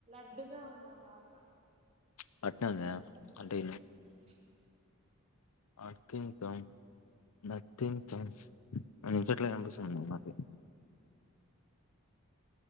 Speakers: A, on the right; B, on the left.
A: అడ్డుగా ఉందా పాప
B: <unintelligible> అంటే
A: అందుకే తిరుగుతుంది
B: అక్కించం నతించం అని చెట్ల కనిపిస్తుంది <unintelligible>